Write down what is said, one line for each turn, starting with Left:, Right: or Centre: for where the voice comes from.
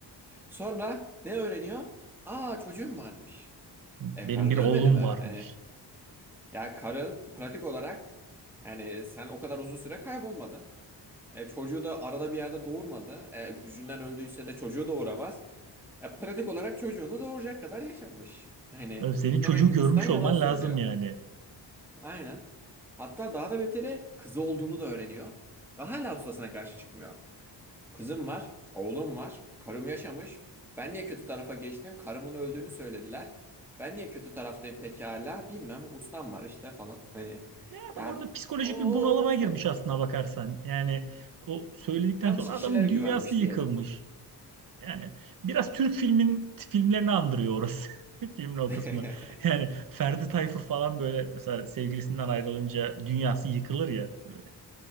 Centre: Sonra ne öğreniyor? Aa çocuğum varmış.
Right: Benim
Centre: E karın
Right: bir
Centre: ölmedi
Right: oğlum
Centre: mi?
Right: varmış.
Centre: Hani ya karın pratik olarak yani sen o kadar uzun süre kaybolmadın. E, çocuğu da arada bir yerde doğurmadı. E, gücünden öldüyse de çocuğu doğuramaz. E, pratik olarak çocuğunu doğuracak kadar yaşamış. Hani
Right: Tabii senin çocuğu
Centre: demek ki
Right: görmüş
Centre: ustan yalan
Right: olman
Centre: söylüyor.
Right: lazım yani.
Centre: Aynen. Hatta daha da beteri kızı olduğunu da öğreniyor. Ve hala ustasına karşı çıkmıyor. Kızım var, oğlum var, karım yaşamış. Ben niye kötü tarafa geçtim? Karımın öldüğünü söylediler. Ben niye kötü taraftayım pekala? Bilmem, ustam var işte falan. Hani
Right: Ya adam
Centre: ya
Right: orada psikolojik
Centre: of
Right: bir bunalıma girmiş aslına bakarsan. Yani o söyledikten
Centre: yanlış
Right: sonra
Centre: kişilere
Right: adamın dünyası
Centre: güvenmiş
Right: yıkılmış.
Centre: diyelim.
Right: Yani biraz Türk filmin filmlerini andırıyor orası. <laughs> Filmin o
Centre: <laughs>
Right: kısmı. Yani Ferdi Tayfur falan böyle mesela sevgilisinden ayrılınca dünyası yıkılır ya. Böyle